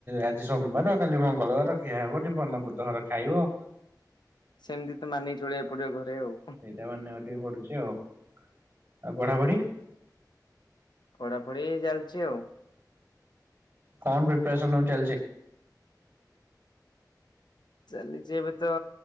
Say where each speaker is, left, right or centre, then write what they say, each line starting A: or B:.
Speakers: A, on the right (about 25°); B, on the left (about 80°).
A: ଆଜି ସୋମବାର କାଲି ମଙ୍ଗଳବାର ଖିଆ ହେବନି ବନ ବୁଧବାର ଘରେ ଖାଇବ
B: ସେମିତି ତ ମାନିକି ଚଳିବାକୁ ପଡିବ ଘରେ ଆଉ
A: ସେଇଟା ମାନିବାକୁ ଟିକେ ପଡୁଛି ଆଉ ଆଉ ପଢାପଢି
B: ପଢାପଢି ଚାଲିଛି ଆଉ
A: କଣ ପ୍ରିପାରେସନ ହ ଚାଲିଛି
B: ଚାଲିଛି ଏବେ ତ